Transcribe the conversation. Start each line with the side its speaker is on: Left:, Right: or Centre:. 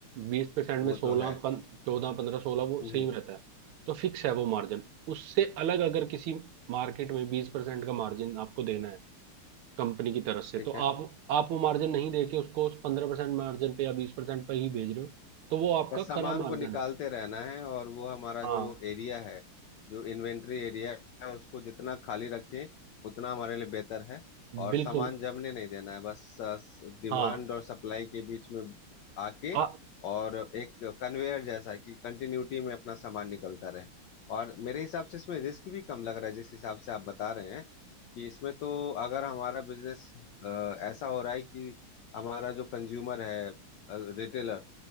Right: बीस परसेंट
Left: वो
Right: में सोलह
Left: तो है
Right: पन चौदह पंद्रह सोलह वो
Left: हम्म
Right: सेम रहता है तो फिक्स है वो मार्जिन उससे अलग अगर किसी मार्केट में बीस परसेंट का मार्जिन आपको देना है कंपनी की तरफ से
Left: ठीक
Right: तो
Left: है
Right: आप आप वो मार्जिन नहीं देके उसको पंद्रह परसेंट मार्जिन पे या बीस परसेंट पे ही भेज रहे हो तो वो आपका
Left: बस सामान
Right: खरा मार्जिन
Left: को निकालते
Right: है
Left: रहना है और वो हमारा
Right: हाँ
Left: जो एरिया है जो इन्वेंट्री एरिया है उसको जितना खाली रखें उतना हमारे लिए बेहतर है और
Right: बिल्कुल
Left: सामान जमने नहीं देना है बस डिमांड
Right: हाँ
Left: और सप्लाई के बीच में आके
Right: आ,
Left: और एक कन्वेयर जैसा कि कंटिन्यूटी में अपना सामान निकलता रहे और मेरे हिसाब से इसमें रिस्क भी कम लग रहा है जिस हिसाब से आप बता रहे हैं कि इसमें तो अगर हमारा बिजनेस ऐसा हो रहा है कि हमारा जो कंज्यूमर है रिटेलर